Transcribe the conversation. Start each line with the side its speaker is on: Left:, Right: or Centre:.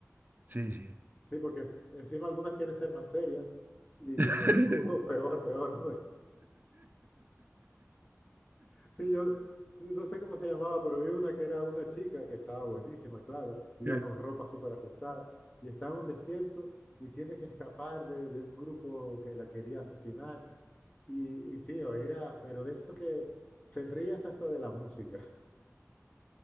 Right: Sí, sí.
Left: Sí, porque encima algunas quieren ser más serias y dicen,
Right: <laughs>
Left: "Uh, peor, peor, hombre. Sí, yo no sé cómo se llamaba, pero vi una que era una chica que estaba buenísima, claro, iba
Right: Sí.
Left: con ropa súper ajustada y estaba en un desierto y tiene que escapar de, de un grupo que la quería asesinar. Y, y tío, era, pero de eso que te rías hasta de la música,